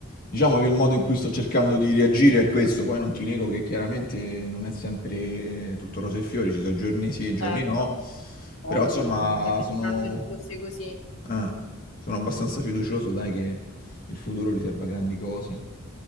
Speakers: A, on the left; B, on the left.
A: diciamo che il modo in cui sto cercando di reagire è questo, poi non ti nego che chiaramente non è sempre tutto rose e fiori, ci sono giorni sì e giorni
B: certo,
A: no,
B: ovvio,
A: però insomma
B: ma sarebbe
A: sono,
B: strano se non fosse così.
A: eh, sono abbastanza fiducioso, dai, che il futuro riserva grandi cose.